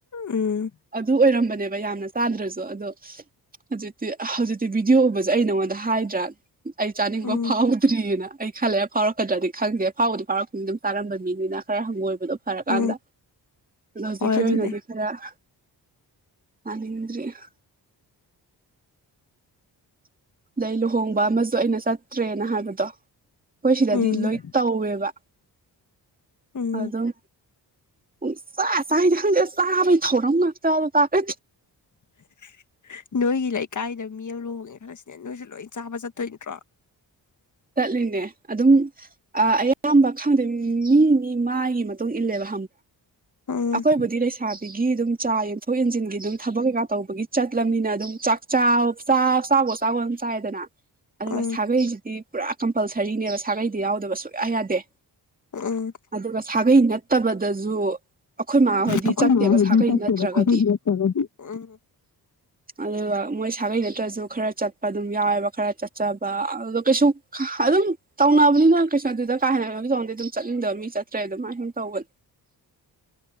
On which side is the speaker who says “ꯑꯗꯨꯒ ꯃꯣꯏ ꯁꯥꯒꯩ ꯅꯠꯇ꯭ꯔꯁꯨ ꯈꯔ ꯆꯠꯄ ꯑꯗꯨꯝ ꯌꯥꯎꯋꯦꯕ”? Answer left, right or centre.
Right